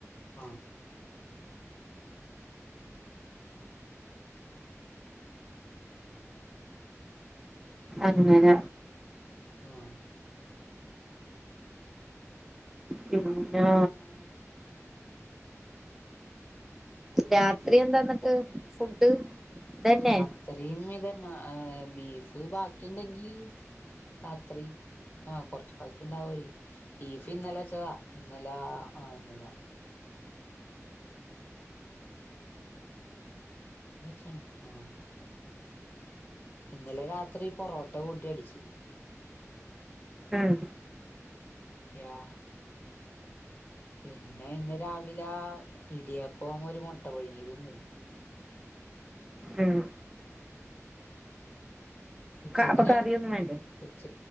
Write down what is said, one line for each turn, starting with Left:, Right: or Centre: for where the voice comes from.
Left: ആഹ്
Centre: അങ്ങന
Left: ആഹ്
Centre: പിന്നാ... രാത്രി എന്താ ന്നിട്ട് ഫുഡ്? ഇതന്നെ
Left: രാത്രയും ഇതന്നാ ഏഹ് ബീഫ് ബാക്കിണ്ടെങ്കി രാത്രി ആഹ് കൊറച്ചി ബാക്കിണ്ടാവായി ബീഫ് ഇന്നലെ ചതാ ഇന്നലാ ആഹ് ഇന്നലാ ല്ലച്ചാണോ ആഹ് ഇന്നലെ രാത്രി പൊറോട്ട കൂട്ടി അടിച്ചി
Centre: ഉമ്
Left: യാഹ് പിന്നെ ഇന്ന് രാവിലാ ഇടിയപ്പും ഒരു മുട്ട പുഴുങ്ങിയതും തിന്നു
Centre: ഉമ്
Left: ഉച്ചക്ക്
Centre: അപ്പൊ
Left: ഞാൻ
Centre: കറിയൊന്നും വേണ്ടേ
Left: ഉച്ച